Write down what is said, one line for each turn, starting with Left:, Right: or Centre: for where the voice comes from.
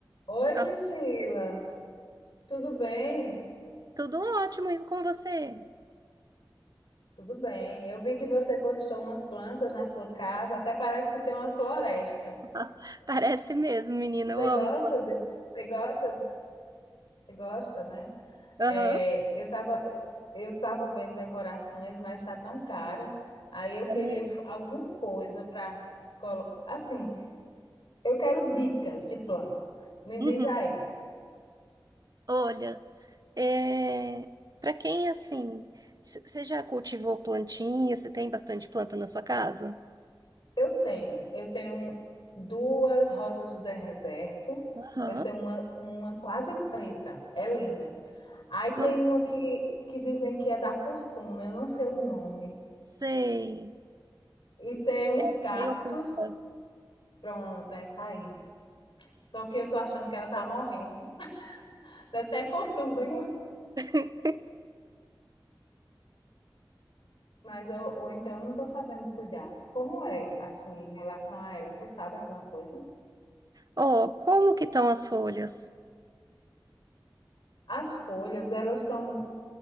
Left: Oi,
Right: Ah,
Left: Priscila, tudo bem?
Right: Tudo ótimo, e com você?
Left: Tudo bem. Eu vi que você postou umas plantas na sua casa, até parece que tem uma floresta.
Right: <laughs> Parece mesmo, menina,
Left: Você
Right: eu amo
Left: gosta
Right: planta.
Left: de, você gosta, você gosta, né?
Right: Aham,
Left: É, eu estava eu, eu tava vendo decorações, mas está tão cara. Aí eu
Right: tá
Left: queria
Right: mesmo.
Left: f- alguma coisa para assim, eu quero dicas de planta. Me
Right: Uhum.
Left: diz aí.
Right: Olha, é... para quem assim, você já cultivou plantinha? Você tem bastante planta na sua casa?
Left: Eu tenho, eu tenho duas rosas do deserto.
Right: Aham,
Left: Eu tenho uma, uma quase preta, é linda. Aí tem
Right: Não
Left: uma que, que dizem que é da fortuna, eu não sei o nome.
Right: sei.
Left: E tem uns
Right: Essa
Left: cactos,
Right: é meio oculta.
Left: pronto, essa aí. Só que eu tô achando que ela tá morrendo. Deve ser fortuna, hein?
Right: <laughs>
Left: mas eu, ou então eu não tô sabendo cuidar. Como é, assim, em relação a ela? Tu sabe alguma coisa?
Right: Ó, como que estão as folhas?
Left: As folhas, elas estão